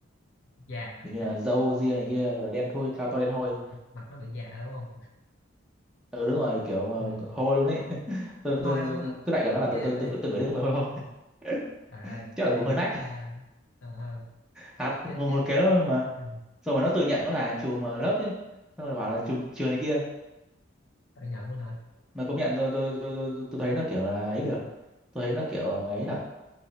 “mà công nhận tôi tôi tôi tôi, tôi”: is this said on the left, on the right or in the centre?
Centre